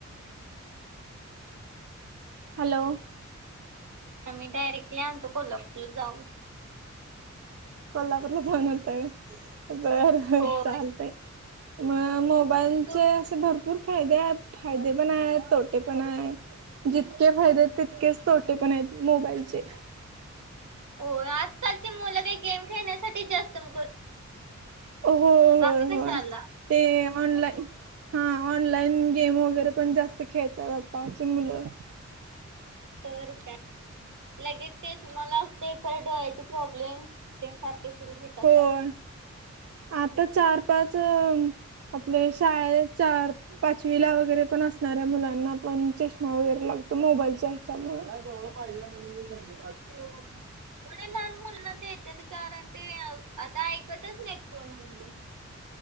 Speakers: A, on the right; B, on the right.
A: हॅलो
B: आम्ही डायरेक्टली आणतो कोल्हापूर ला जाऊन
A: कोल्हापूरला जाऊन होत बर
B: होय
A: चालते म म मोबाईलचे
B: तू
A: असे भरपूर फायदे आहेत फायदे पण आहेत तोटे पण आहेत जितके फायदे आहेत तितकेच तोटे पण आहेत मोबाईलचे
B: हो आजकालचे मुलं काही गेम खेळण्यासाठी
A: <unintelligible>
B: जास्त करू
A: हो हो
B: बाकी
A: होय
B: कशाला
A: ते ऑनलाईन हा ऑनलाईन गेम वगैरे पण जास्त खेळतात आताचे मुलं
B: तर का लगेच ते मलाेपर डोळ्याचे प्रॉब्लेम्स ते सारखे सुरू होत
A: होय
B: मग.
A: आता चार पाच आपले शाळे चार पाचवीला वगैरे पण असणाऱ्या मुलांना पण चष्मा वगैरे लागतो मोबाईलच्या ह्याच्यामुळे. पाहिजे म्हण मी सांग.
B: हो थवडे लहान मुलाना देत. कार आता ऐकतचो मोईल.